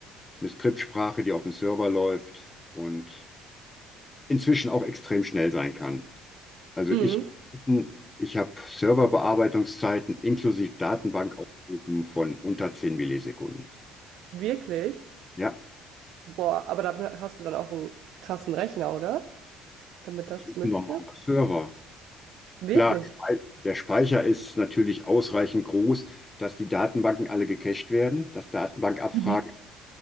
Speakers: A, on the left (about 20°); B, on the right (about 70°).
A: eine Skriptsprache, die auf dem Server läuft und inzwischen auch extrem schnell sein kann. Also
B: Mhm.
A: ich, ich habe Serverbearbeitungszeiten inklusive Datenbankaufrufen von unter 10 Millisekunden.
B: Wirklich?
A: Ja,
B: Boah, aber dafür hast du dann auch einen krassen Rechner, oder? Damit das
A: das ist
B: möglich
A: ein normaler
B: ist?
A: Server.
B: Wirklich?
A: Klar, Spei- der Speicher ist natürlich ausreichend groß, dass die Datenbanken alle gecached werden, dass Datenbankabfragen,
B: Mhm.